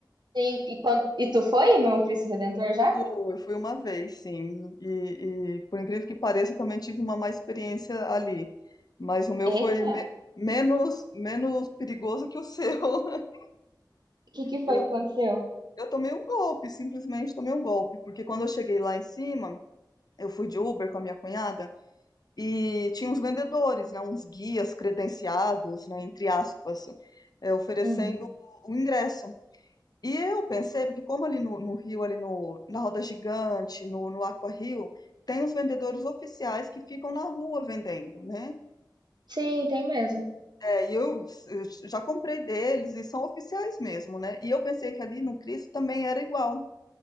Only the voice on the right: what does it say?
Sim, e, quando, e tu foi no Cristo Redentor já?
Eita,
o que que foi
que aconteceu?
Uhum.
Sim, tem mesmo.